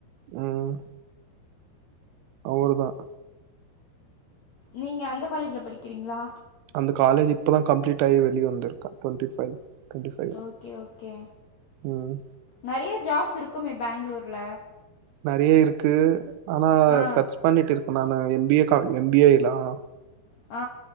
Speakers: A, on the right; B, on the left.
A: ம் அவரு தான்
B: நீங்க அந்த காலேஜில படிக்கிறீங்களா
A: அந்த காலேஜ் இப்பதான் கம்ளீட் ஆயி வெளிய வந்துருக்கேன் twenty five twenty five
B: okay okay
A: ம்
B: நெறைய ஜாப்ஸ் இருக்குமே பாங்களூர்ல
A: நெறைய இருக்கு ஆனா
B: ஆ
A: சர்ச் பண்ணிட்டு இருக்கேன் நானு எம் பி ஏ கா, எம் பி ஏ லாம்
B: ஆ